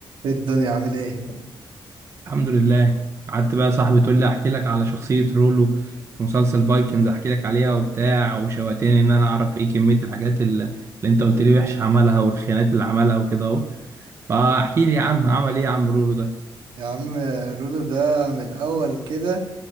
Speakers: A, on the right; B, on the right.
A: ايه الدنيا عامل ايه
B: الحمد لله قعدت بقى يا صاحبي تقول لي احكي لك على شخصية رولو في مسلسل فايكنز احكي لك عليها وبتاع وشوقتني ان انا اعرف ايه كمية الحاجات اللي, اللي انت قلت لي وحش عملها والخيانات اللي عملها وكده اهو فاحكي لي يا عم عمل ايه يا عم رولو ده
A: يا عم رودو ده من الاول كده